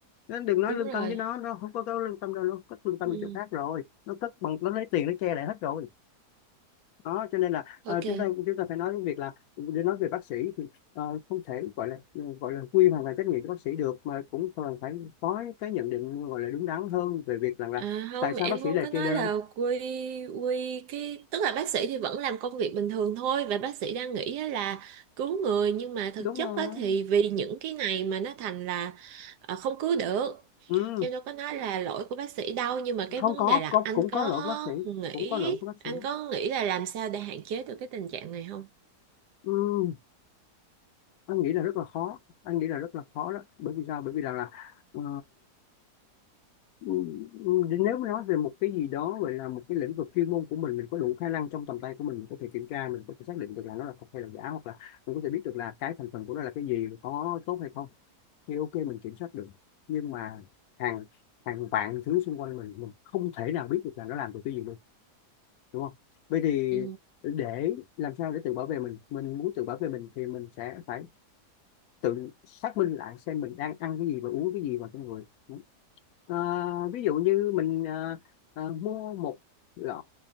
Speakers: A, on the left; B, on the right.
A: nên đừng nói
B: đúng
A: lương
B: rồi
A: tâm với nó nó không có, có lương tâm đâu nó cất lương tâm
B: ừ
A: đi chỗ khác rồi nó cất bằng nó lấy tiền nó che lại hết rồi đó cho nên là ờ,
B: ok
A: chúng ta chúng ta phải nói đến việc là để nói về bác sĩ thì ờ, không thể gọi là ừ, gọi là quy hoàn toàn trách nhiệm của bác sĩ được mà cũng cần phải có cái nhận định gọi là đúng đắn hơn về việc rằng là
B: à không
A: tại sao
B: em
A: bác sĩ
B: không
A: lại
B: có
A: kê
B: nói
A: đơn
B: là quy quy cái tức là bác sĩ thì vẫn làm công việc bình thường thôi và bác sĩ đang nghĩ á là cứu người nhưng mà thực
A: đúng
B: chất
A: rồi
B: á thì vì những cái này mà nó thành là ờ, không cứu được
A: ừ
B: chứ em đâu có nói là lỗi của bác sĩ đâu nhưng mà cái
A: không
B: vấn
A: có,
B: đề là
A: có
B: anh
A: cũng
B: có
A: có lỗi của bác sĩ
B: nghĩ
A: cũng có lỗi của bác
B: anh
A: sĩ
B: có nghĩ là làm sao để hạn chế được cái tình trạng này không
A: Ừm, anh nghĩ là rất là khó anh nghĩ là rất là khó đó bởi vì sao bởi vì rằng là ờ, ừm, nếu mà nói về một cái gì đó gọi là một cái lĩnh vực chuyên môn của mình mình có đủ khả năng trong tầm tay của mình mình có thể kiểm tra mình có thể xác định được là nó là thật hay là giả hoặc là mình có thể biết được là cái thành phần của nó là cái gì có tốt hay không thì ok mình kiểm soát được nhưng mà hàng hàng vạn thứ xung quanh mình mình không thể nào biết được là nó làm từ cái gì đúng không vậy thì
B: ừ
A: để làm sao để tự bảo vệ mình mình muốn tự bảo vệ mình thì mình sẽ phải tự xác minh lại xem mình đang ăn cái gì và uống cái gì vào trong người Ờ, ví dụ như mình ờ, ờ, mua một lọ